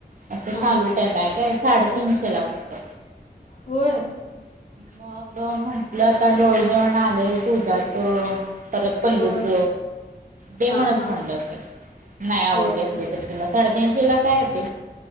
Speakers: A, on the right; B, on the left.
A: असं
B: हा
A: शालू
B: हा
A: टाइप आहे काय, साडेतीनशे ला फक्त.
B: होय
A: मग म्हटलं आता डोहाळे जेवण आले पूजाच. परत पल्लूच.
B: होय
A: ते
B: हा
A: म्हण
B: हा
A: म्हणल नाही आवडली
B: होय
A: असले तरी तुला. साडेतीनशेला तर आहे ते.